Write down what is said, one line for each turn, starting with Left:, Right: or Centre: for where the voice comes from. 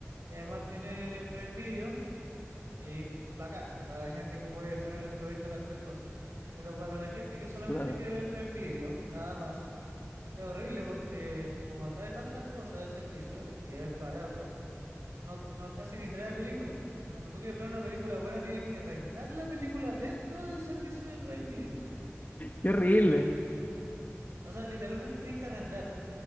Right: y además tienes Prime Video. Y bacán, para la gente que puede sacarle el provecho a las tres cosas. Pero para la gente que solamente
Left: claro.
Right: quiere ver Prime Video, nada más, es horrible porque como trae tantas cosas de servicio y es barato, no, no casi ni trae películas. Cuando tú quieres ver una película buena, tienes que rentar la película dentro del servicio de Prime Video.
Left: Qué horrible.
Right: O sea, literalmente tienes que arrendar